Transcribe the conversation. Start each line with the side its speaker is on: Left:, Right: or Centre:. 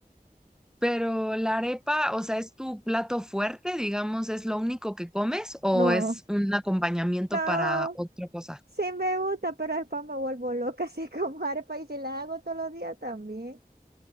Centre: Pero la arepa, o sea, ¿es tu plato fuerte, digamos, es lo único que comes o
Right: No,
Centre: es un acompañamiento
Right: no,
Centre: para otra cosa?
Right: sí me gusta, pero después me vuelvo loca <laughs> así como arepa y si la hago todos los días también.